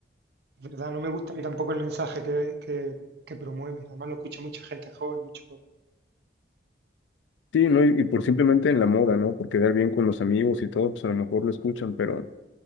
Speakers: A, on the right (about 65°); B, on the left (about 85°).
A: Es verdad, no me gusta a mí tampoco el mensaje que, que- que promueve. Además lo escucha mucha gente joven, mucho.
B: Sí, ¿no? Y, y por simplemente en la moda, ¿no? Por quedar bien con los amigos y todo, pues a lo mejor lo escuchan, pero,